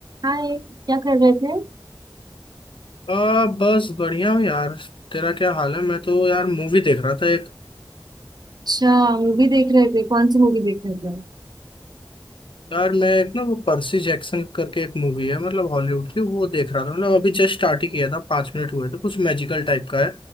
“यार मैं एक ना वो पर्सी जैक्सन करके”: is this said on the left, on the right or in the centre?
Left